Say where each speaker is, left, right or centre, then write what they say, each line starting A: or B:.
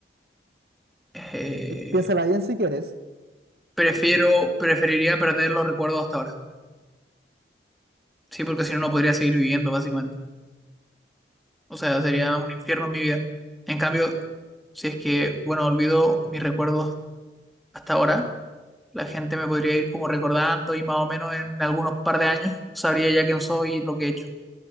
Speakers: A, in the centre; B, on the right.
A: Eh,
B: Piénsala bien si quieres.
A: prefiero, preferiría perder los recuerdos hasta ahora. Sí, porque si no, no podría seguir viviendo, básicamente. O sea,
B: Mm,
A: sería un infierno en mi vida. En cambio, si es que, bueno, olvido mis recuerdos hasta ahora La gente me podría ir como recordando y más o menos en algunos par de años sabría ya quién soy y lo que he hecho.